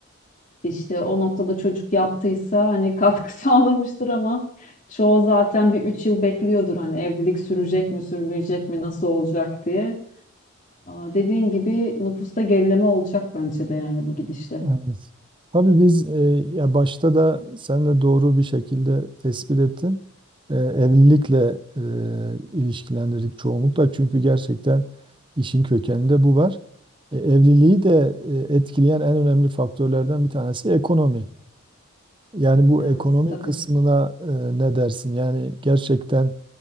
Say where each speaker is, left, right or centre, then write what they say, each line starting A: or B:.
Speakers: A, on the left (about 35°); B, on the right (about 25°).
A: İşte o noktada çocuk yaptıysa hani katkı <laughs> sağlamıştır ama çoğu zaten bir üç yıl bekliyordur hani evlilik sürecek mi sürmeyecek mi nasıl olacak diye. Aa, dediğin gibi nüfusta gerileme olacak bence de yani bu gidişle.
B: Evet. Tabii biz e, ya başta da sen de doğru bir şekilde tespit ettin. E, evlilikle e, ilişkilendirdik çoğunlukla çünkü gerçekten işin kökeninde bu var. E, evliliği de e, etkileyen en önemli faktörlerden bir tanesi ekonomi. Yani bu
A: Evet
B: ekonomi
A: tabii.
B: kısmına e, ne dersin? Yani gerçekten